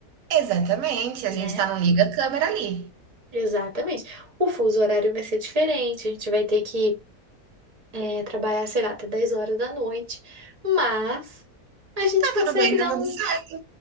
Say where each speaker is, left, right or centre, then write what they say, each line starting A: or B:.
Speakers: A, on the right; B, on the right.
A: Exatamente, a
B: né?
A: gente tá no liga câmera ali.
B: Exatamente. O fuso horário vai ser diferente, a gente vai ter que é, trabalhar, sei lá, até 10 horas da noite, mas a gente
A: Tá
B: consegue
A: tudo bem, tá
B: dar
A: tudo
B: uns.
A: certo.